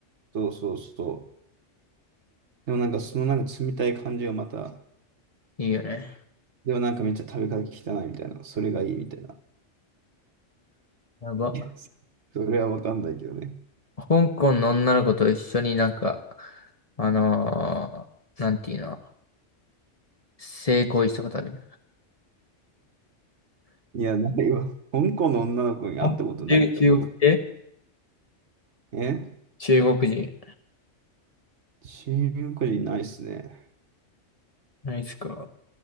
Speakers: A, on the right; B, on the left.
A: そうそうそう。でもなんかそのなんか冷たい感じがまた、
B: いいよね。
A: でもなんかめっちゃ食べ方汚いみたいな、それがいいみたいな。
B: やば。
A: <laughs> いや、それはわかんないけどね。
B: 香港の女の子と一緒になんか、あのー、なんていうの、性行為したことある。
A: いや、ないわ。香港の女の子に会ったことないと思
B: あ中中国系
A: う。え
B: 中国人。
A: 中国人ないっすね。
B: ないですか。